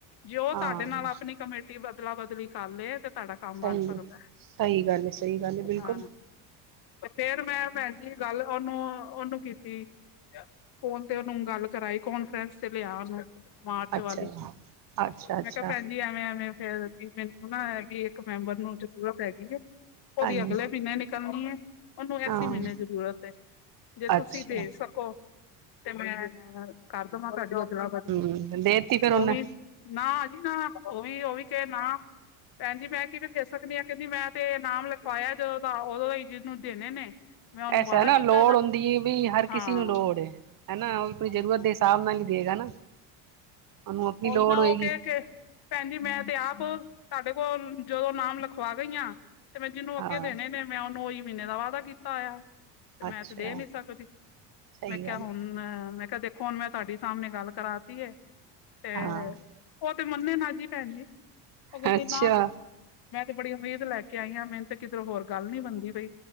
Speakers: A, on the left (about 55°); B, on the right (about 45°).
A: ਜੇ ਉਹ ਤੁਹਾਡੇ
B: ਹਾਂ
A: ਨਾਲ ਆਪਣੀ ਕਮੇਟੀ ਟੀ ਬਦਲਾ ਬਦਲੀ ਕਰ ਲਏ ਤੇ ਤੁਹਾਡਾ ਕੰਮ
B: ਸਹੀ
A: ਬਣ ਸਕਦਾ,
B: ਹੈ ਸਹੀ ਗੱਲ ਹੈ ਸਹੀ ਗੱਲ ਹੈ ਬਿਲਕੁਲ
A: ਹਾਂ। ਫੇਰ ਮੈਂ ਭੈਣ ਜੀ ਗੱਲ ਉਹਨੂੰ-ਉਹਨੂੰ ਕੀਤੀ ਫੋਨ ਤੇ ਉਹਨੂੰ ਗੱਲ ਕਰਾਈ, ਕਾਨਫਰੰਸ ਚ ਲਿਆ ਉਹਨੂੰ ਮਾਰਚ
B: ਅੱਛਾ
A: ਵਾਲੀ,
B: ਅੱਛਾ ਅੱਛਾ
A: ਮੈਂ ਕਿਹਾ ਭੈਣ ਜੀ ਐਵੇਂ-ਐਵੇਂ ਫੇਰ ਮੈਨੂੰ ਨਾ ਹੈਗੀ ਇੱਕ ਮੈਂਬਰ ਨੂੰ ਜਰੂਰਤ ਹੈਗੀ ਏ, ਉਹਦੀ
B: ਹਾਂਜੀ
A: ਅਗਲੇ ਮਹੀਨੇ ਨਿਕਲਣੀ ਏ ਉਹਨੂੰ ਐਸੀ
B: ਹਾਂ
A: ਮਹੀਨੇ ਜ਼ਰੂਰਤ ਏ, ਜੇ ਤੁਸੀਂ
B: ਅੱਛਾ
A: ਦੇ ਸਕੋ ਤੇ ਮੈਂ ਕਰ ਦੇਵਾਂ ਤੁਹਾਡੀ ਅਦਲਾ-ਬਦਲੀ,
B: ਹਮ ਦੇਤੀ ਫਿਰ
A: ਉਹ
B: ਉਹਨੇ
A: ਵੀ ਨਾ ਜੀ ਨਾ ਉਹ ਵੀ, ਉਹ ਵੀ ਕਹੇ ਨਾ ਭੈਣਜੀ ਮੈਂ ਕਿਵੇਂ ਦੇ ਸਕਨੀ ਆ ਕਹਿੰਦੀ ਮੈਂ ਤੇ ਨਾਮ ਲਿਖਵਾਇਆ ਜਦੋਂ ਤਾਂ ਉਦੋਂ ਹੀ ਜਿਹਨੂੰ ਦੇਣੇ ਨੇ ਮੈਂ ਉਹਨੂੰ
B: ਐਸਾ
A: ਵਾਅਦਾ
B: ਨਾ
A: ਕੀਤਾ
B: ਲੋੜ
A: ਦਾ
B: ਹੁੰਦੀ ਵੀ ਹਰ ਕਿਸੇ
A: ਹਾਂ
B: ਨੂੰ ਲੋੜ ਏ ਹੇਣਾ, ਉਹ ਆਪਣੀ
A: ਹਾਂਜੀ
B: ਜ਼ਰੂਰਤ ਦੇ ਹਿਸਾਬ ਨਾਲ ਹੀ ਦੇ ਗਾ ਨਾ ਉਹਨੂੰ ਆਪਣੀ
A: ਔਈ
B: ਲੋੜ
A: ਨਾ
B: ਹੋਏਗੀ
A: ਉਹ ਕੇ-ਕੇ ਭੈਣ ਜੀ ਮੈਂ ਤੇ ਆਪ ਤੁਹਾਡੇ ਕੋਲ ਜੌ ਨਾਮ ਲਿਖਵਾ ਗਈਆ ਤੇ ਮੈਂ ਜਿਹਨੂੰ ਅੱਗੇ
B: ਹਾਂ
A: ਦੇਣੇ ਨੇ ਮੈਂ ਉਹਨੂੰ ਉਹੀ ਮਹੀਨੇ ਦਾ ਵਾਅਦਾ ਕੀਤਾ ਆਇਆ ਤੇ ਮੈਂ
B: ਅੱਛਾ
A: ਤੇ ਦੇ ਨੀ ਸਕਦੀ
B: ਸਹੀ
A: ਮੈਂ ਕਿਆ
B: ਗੱਲ
A: ਹੁਣ ਮੈਂ, ਮੈਂ ਕਿਆ ਦੇਖੋ ਹੁਣ ਮੈਂ ਤੁਆਡੀ ਸਾਮਣੇ ਗੱਲ ਕਰਾ ਤੀ ਏ ਤੇ
B: ਹਾਂ
A: ਔ ਤੇ ਮੰਨੇ ਨਾ ਜੀ ਭੈਣ ਜੀ, ਔ ਕੈਂਦੀ
B: ਅੱਛਾ,
A: ਨਾ ਮੈਂ ਤੇ ਬੜੀ ਉਮੀਦ ਲੇ ਕੇ ਆਈ ਆਂ। ਮੈਨ ਤੇ ਕਿਧਰੋਂ ਹੋਰ ਗੱਲ ਨੀ ਬਣਦੀ ਪਈ।